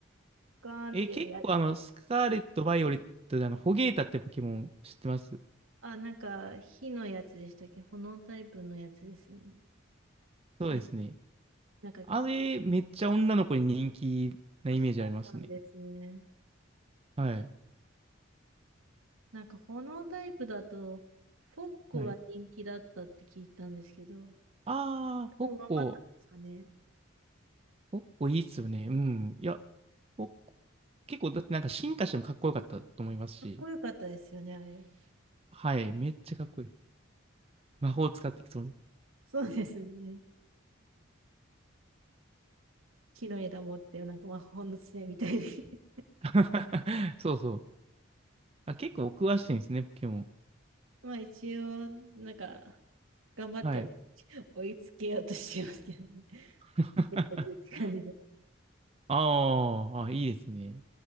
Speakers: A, on the right; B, on the right.
A: カーンってや
B: え、結構あの、スカーレット、バイオレットであの、ホゲータってポケモン知ってます
A: あ、なんか、火のやつでしたっけ炎タイプのやつですよね。
B: そうですね。
A: 違う。なんか、
B: あれ、めっちゃ女の子に人気なイメージありますね。
A: あ、そうなんですね。
B: はい。
A: なんか、炎タイプだと、フォッコは人気だったって聞いたんですけど、
B: はい。ああ、ポッコ。
A: でも上回ったんですかね。
B: ポッコいいっすよね。うん。いや、ポッコ結構、だってなんか進化してもかっこよかったと思いますし。
A: かっこよかったですよね、あれ。<laughs>
B: はい。めっちゃかっこいい。魔法使ってきそうで。
A: そうですね。木の枝持って、なんか魔法の杖みたいに <laughs>
B: <laughs> そうそう。あ、結構お詳しいんですね、ポケモン。
A: まあ、一応、なんか、頑張って
B: はい。
A: 追いつけようとしますけどね。
B: <laughs>
A: <laughs> やってるって感じで。
B: あーあ、いいですね。